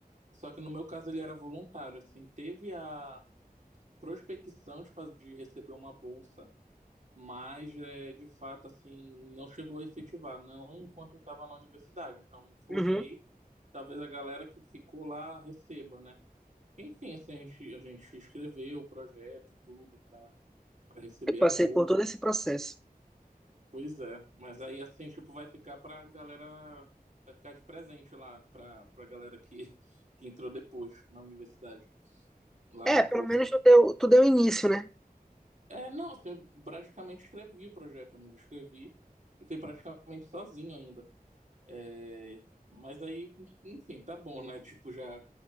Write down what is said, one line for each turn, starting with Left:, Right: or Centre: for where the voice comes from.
Right: só que no meu caso ele era voluntário, assim, teve a prospecção de, faz- de receber uma bolsa, mas é, de fato, assim, não chegou a efetivar, não enquanto eu estava na universidade. Então, me formei,
Centre: Uhum.
Right: talvez a galera que ficou lá receba, né? Enfim, assim, a gente, a gente escreveu o projeto, tudo, para receber
Centre: Eu passei
Right: as bolsas.
Centre: por todo esse processo.
Right: Pois é, mas aí assim, tipo, vai ficar pra galera, vai ficar de presente lá, pra, pra galera que, <laughs> que entrou depois na universidade, lá
Centre: É,
Right: no
Centre: pelo
Right: curso.
Centre: menos tu deu, tu deu início, né?
Right: É, não, assim, eu praticamente escrevi o projeto, amigo, escrevi e fui praticamente sozinho ainda. É, mas aí, enfim, tá bom, né? Tipo, já,